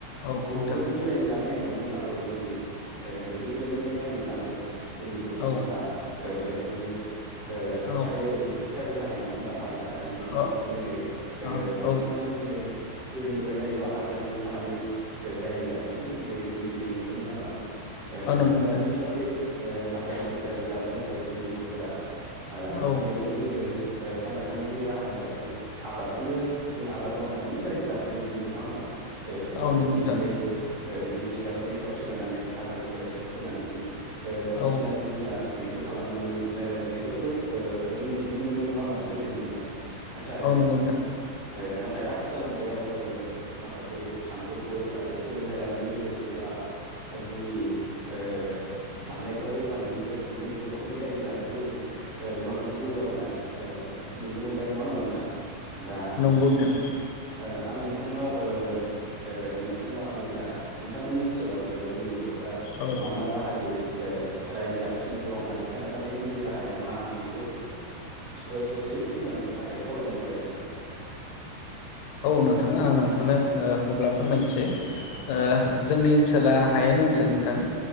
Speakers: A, on the left; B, on the right.
A: औ
B: बर'
A: नोंथां
B: रायजो जानाय होननानै बुंब्लाथ' जोंनि ओ गोदो गोदायनिफ्राय नायोब्लानो जोंनि बर' समाजा
A: औ
B: ओ बिदिनो ओ
A: औ
B: ट्राइबेल ट्राइबेल हारि नङा होमबा हारिसा हारि
A: औ
B: बे हिसाबै
A: औ
B: जोङो ओ
A: औ
B: बांसिनानो जोङो गोदोनिफ्रायनायोबा हाग्रा ओनसोलाव थानानै ओ रायजो जाबोनायखौ जों ओरैनो मिथिनो मोनोमोन नङा होमबा? ओ
A: नंगौ
B: दा
A: नोंथां
B: बे हिसाबै ओ हाग्रा ओनसोलाव रायजो जाबोनाय हिसाबै जोंनि बर'फोरा आ
A: औ
B: गिबियावनो जोङो ओ थांना थानायनि राहा हिसाबै आबादखौनो जों आबाद मावनानैनो रायजो जाबोनाय नुयोमोन नङा होमबा ओ आरो
A: औ नंगौ
B: बिनि
A: नोंथां
B: अनगायै ओ मिथिंगाफोरनि सायाव सोनारनानै हाग्रा बंग्रानि सायाव सोनारनानै ओ बायदिसिना
A: औ
B: जिब जुनार मैहुर खालामनानै ओ बेफोरखौ ओ जों मिथिनो मोनोमोन नङा होमबा गोदोनि दिनाव? नाथाय
A: औ नंगौ नोंथां
B: ओ नाथाय आथिखाल मुगायाव ओ माखासे सान्थौफोर आरो सोलोंथाइ लानायनि गेजेरजों बा जोंनि ओ साननायफोरा जौगानायनि गेजेर जों जोंनि बर'फोरनि रायजो जानायखौबो जों ओ माखासे जौगाबोनाय नुनो मोनबाय नङा होमबा नोंथां दा
A: नंगौ नोंथां
B: ओ आं नोंथांनाव ओ ओ नोंथांनाव आङो दा नोंथांमोननि ओनसोलाव जोंनि बर' फोरा
A: औ
B: मा मा राहायै ओ रायजो जागासिनो दं आरो थांना थानायनि गुदि राहाया मा बेखौ ओ ससे फोरमायनो थाखाय खावलायनाय जाबाय आरो नोंथां।
A: औ नोंथाङा आं नोंथांनो ओ अब्ला फोरमायनोसै ओ
B: औ
A: जोंनि ओनसोला हायेन ओनसोल नोंथां